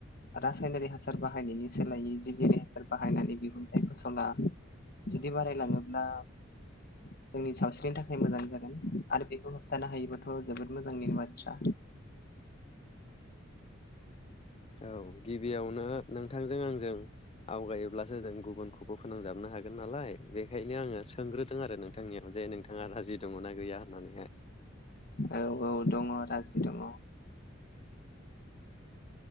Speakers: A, on the left; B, on the left.
A: रासायनारि हासार बाहायनायनि सोलायै जिबियारि हासार बाहायनानै दिहुनथाइ फसला जुदि बारायलाङोब्ला जोंनि सावस्रिनि थाखाय मोजां जागोन। आरो बेखौ होबथानो हायोबथ' जोबोद मोजांनि बा थ्रा।
B: औ गिबियावनो नोंथांजों आंजों आवगायोब्लासो जों गुबुनखौबो फोनांजाबनो हागोन नालाय बेखायनो आङो सोंग्रोदों आरो नोंथांनियाव जे नोंथाङा राजि दङ'ना गैया होननानैहाय।
A: औ औ दङ' राजि दङ'।